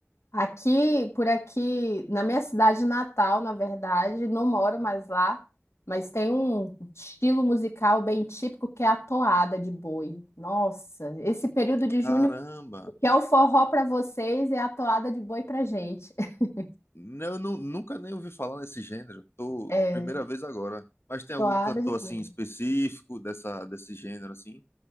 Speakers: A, on the left (about 75°); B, on the left (about 60°).
A: Aqui, por aqui, na minha cidade natal, na verdade, não moro mais lá, mas tem um estilo musical bem típico que é a toada de boi. Nossa, esse período de
B: Caramba!
A: junho, o que é o forró para vocês, é a toada de boi pra gente. <laughs>
B: Né, Eu nu- nunca nem ouvi falar nesse gênero. Tô
A: É,
B: primeira vez agora. Mas tem
A: toada
B: algum cantor
A: de
B: assim
A: boi.
B: específico dessa desse gênero assim?